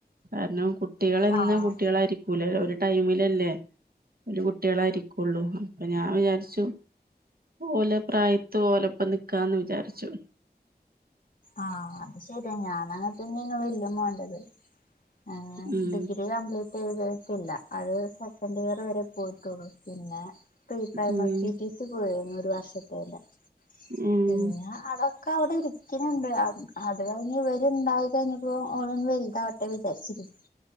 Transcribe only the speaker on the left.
ആഹ്
ആഹ അത് ശെരി ഞാൻ അങ്ങന്നെ തന്നെയായിരുന്നു വലിയ മോൻ്റെ ത് ആഹ്
ഡിഗ്രി കബിളിറ്റ് ട്ടില്ലാ അത് സെക്കൻഡ് ഇയർ വേരെ പോയിട്ടു ഒള്ളു പിന്നെ പ്രീ പ്രൈമറി
ടി ടി സി പോയിരുന്നു ഒര് വർഷത്തേന്റെ
പിന്നെ അതൊക്കെ അവടെ ഇരിക്ക്യാണാണ്ട് അത് കഴിഞ്ഞ് ഇവര് ഇണ്ടായി ഞ്ഞാപ്പോ ഓള് വല്താവട്ടെ വിചാരി ണ്